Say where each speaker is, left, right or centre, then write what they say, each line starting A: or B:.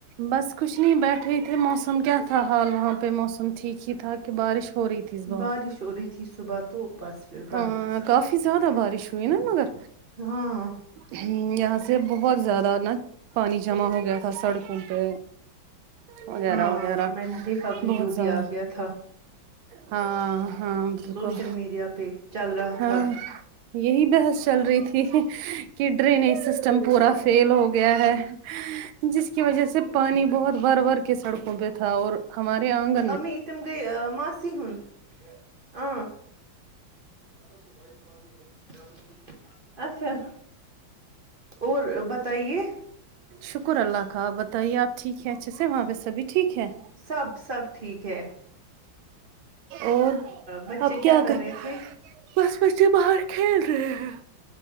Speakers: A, on the right; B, on the right.
A: بس کچھ نہیں بیٹھے تھے موسم کیا تھا حال وہاں پہ موسم ٹھیک ہی تھا کہ بارش ہو رہی تھی اس بار
B: بارش ہو رہی تھی صبح تو بس پھر بند
A: ا کافی زیادہ بارش ہوئی نا مگر
B: ہاں
A: ہوں یہاں سے بہت زیادہ نا پانی جمع ہو گیا تھا سڑکوں پہ وغیرہ
B: ہاں
A: وغیرہ
B: میں نے دیکھا ویڈیو
A: بہت زیادہ
B: بھی آ گیا تھا
A: ہاں ہاں بالکل
B: سوشل میڈیا پہ چل رہا
A: ہاں
B: تھا
A: یہی بحث چل رہی تھی کہ ڈرینیج سسٹم پورا فیل ہو گیا ہے جس کی وجہ سے پانی بہت بھر بھر کے سڑکوں پہ تھا اور ہمارے آنگ
B: امی تم گئی ماسی ہوں آں تو <unintelligible> اچھا اور بتائیے
A: شکر اللہ کا آپ بتائیے آپ ٹھیک ہیں اچھے سے وہاں پہ سبھی ٹھیک ہے
B: سب سب ٹھیک ہے
A: اور
B: بچے
A: اب کیا کر
B: رہے تھے
A: بس بچے باہر کھیل رہے ہیں